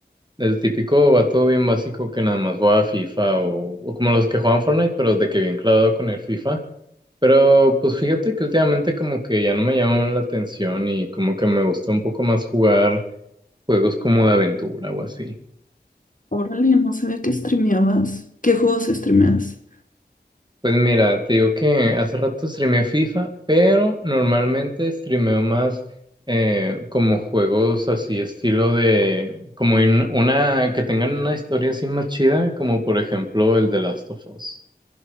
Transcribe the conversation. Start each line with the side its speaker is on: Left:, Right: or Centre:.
Right: el típico vato bien básico que nada más jugaba FIFA o, o como los que juegan Fortnite, pero de que bien clavado con el FIFA. Pero pues fíjate que últimamente como que ya no me llama la atención y como que me gusta un poco más jugar. Juegos como de aventura o así.
Left: Órale, no sabía que streameabas. ¿Qué juegos streameas?
Right: Pues mira, te digo que hace rato streameé FIFA, pero normalmente streameo más eh, como juegos así, estilo de, como in- una, que tengan una historia así más chida, como por ejemplo el de Last of Us.